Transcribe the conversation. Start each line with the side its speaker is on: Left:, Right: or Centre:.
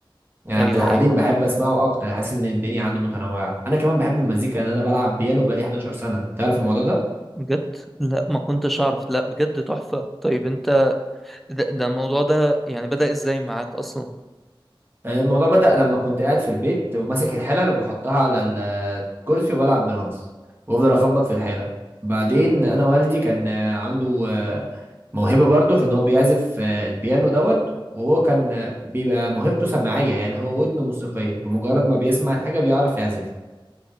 Right: يعني
Centre: ايوه
Right: عبد الحليم
Centre: ايوه
Right: بحب
Centre: فاهم
Right: اسمعه اكتر حاسس ان الدنيا عنده متنوعه انا كمان بحب المزيكا ان انا بلعب بيانو بقالي 11 سنه تعرف الموضوع ده
Centre: بجد لا ما كنتش اعرف لا بجد تحفه طيب انت ده, ده الموضوع ده يعني بدأ ازاي معاك اصلا
Right: آه، الموضوع بدأ لما كنت قاعد في البيت وماسك الحلل وبحطها على الكرسي وبلعب درامز وافضل اخبط في الحلل بعدين انا والدي كان آه، عنده آه، موهبه برضه في ان هو بيعزف آه، البيانو دوت وهو كان آه، بيبقى موهبته سماعيه يعني هو ودنه موسيقيه بمجرد ما بيسمع الحاجه بيعرف يعزف